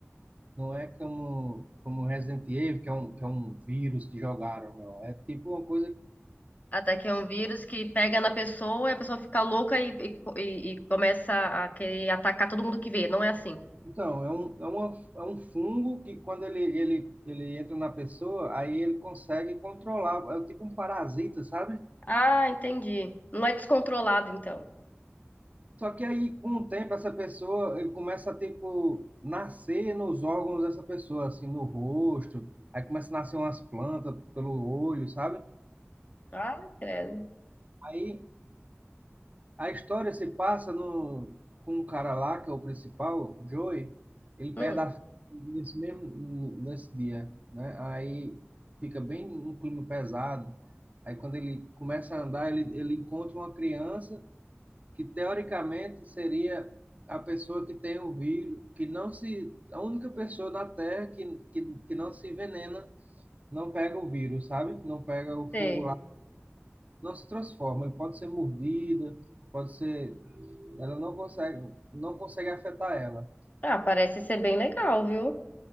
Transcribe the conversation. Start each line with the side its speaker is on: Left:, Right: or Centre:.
Right: Não é como, como Resident Evil, que é um, que é um vírus que jogaram, não. É tipo uma coisa.
Left: Até que é um vírus que pega na pessoa e a pessoa fica louca e, e, e começa a querer atacar todo mundo que vê. Não é assim.
Right: Então, é um, é uma, é um fungo que quando ele, ele, ele entra na pessoa, aí ele consegue controlar. É tipo um parasita, sabe?
Left: Ah, entendi. Não é descontrolado, então.
Right: Só que aí, com o tempo, essa pessoa, ele começa a, tipo, nascer nos órgãos dessa pessoa, assim, no rosto. Aí começa a nascer umas plantas pelo olho, sabe?
Left: Ah, credo.
Right: Aí A história se passa no, com um cara lá, que é o principal, Joey, ele
Left: Hum,
Right: perde a filha nesse mesmo nesse dia, né? Aí fica bem um clima pesado. Aí quando ele começa a andar, ele, ele encontra uma criança que teoricamente seria a pessoa que tem o vírus, que não se, a única pessoa na Terra que, que, que não se envenena, não pega o vírus, sabe? Não pega o fungo
Left: sei.
Right: lá, não se transforma. Ele pode ser mordida, pode ser ela não consegue, não consegue afetar ela.
Left: Ah, parece ser bem legal, viu?